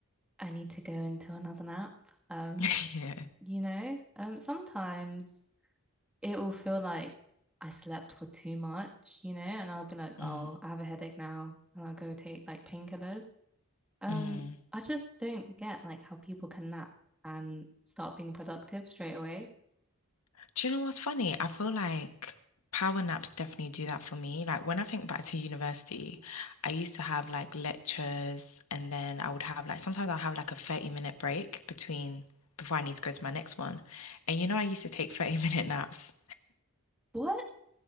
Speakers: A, in the centre; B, on the left.
A: I need to go into another nap. Um.
B: <laughs> Yeah.
A: you know? Um, sometimes it will feel like I slept for too much, you know, and I'll be like,
B: Mm.
A: oh, I have a headache now, and I'll go take like painkillers. Um,
B: Mm.
A: I just don't get like how people can nap and start being productive straight away.
B: Do you know what's funny? I feel like power naps definitely do that for me. Like when I think back to university, I used to have like lectures and then I would have like sometimes I'll have like a 30 minute break between before I need to go to my next one. And you know I used to take <laughs> 30 minute naps.
A: What?